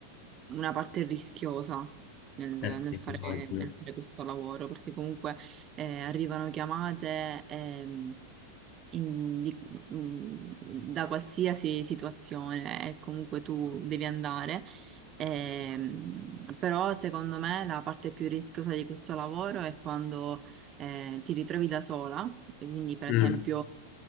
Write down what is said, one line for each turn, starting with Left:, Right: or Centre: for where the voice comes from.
Right: una parte rischiosa nel, nel
Left: Eh sì,
Right: fare,
Left: immagino.
Right: nel fare questo lavoro, perché comunque eh, arrivano chiamate. ehm, in- di- mm, da qualsiasi situazione e comunque tu devi andare. Ehm, però secondo me la parte più rischiosa di questo lavoro è quando eh, ti ritrovi da sola, e quindi per
Left: Mm,
Right: esempio